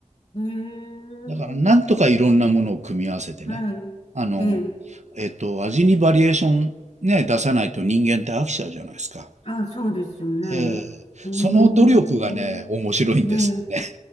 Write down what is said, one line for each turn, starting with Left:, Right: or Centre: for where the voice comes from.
Left: えー、
Right: だからなんとかいろんなものを組み合わせてね、
Left: はい。
Right: あの、
Left: ええ。
Right: えっと、味にバリエーションね、出さないと人間って飽きちゃうじゃないですか。
Left: あ、そうですよね。
Right: ええ。
Left: うーん。
Right: その努力がね、面白いんですよね。
Left: ええ